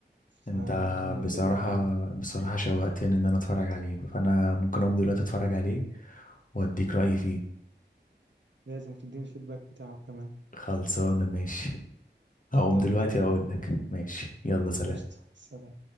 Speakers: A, on the right (about 75°); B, on the left (about 45°).
A: فكان
B: انت بصراحة
A: فيلم قوي
B: بصراحة شوقتني ان انا اتفرج عليه فانا ممكن اقوم دلوقتي اتفرج عليه واديك رأيي فيه
A: لازم تديني الفيدباك بتاعه كمان
B: خلصانة ماشي هقوم
A: يلا
B: دلوقتي
A: بينا
B: اقول لك ماشي يلا سلام
A: قشطة سلام